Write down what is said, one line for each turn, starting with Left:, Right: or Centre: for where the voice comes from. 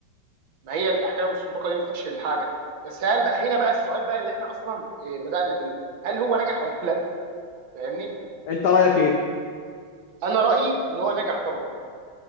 Right: ما هي الاحكام المسبقه دي بتفشل الحاجه بس هل بقى هنا بقى السؤال بقى اللي احنا اصلا آه، بدانا بيه هل هو نجح ولا لا فاهمني
Left: انت رايك ايه
Right: انا رايي ان هو نجح طبعا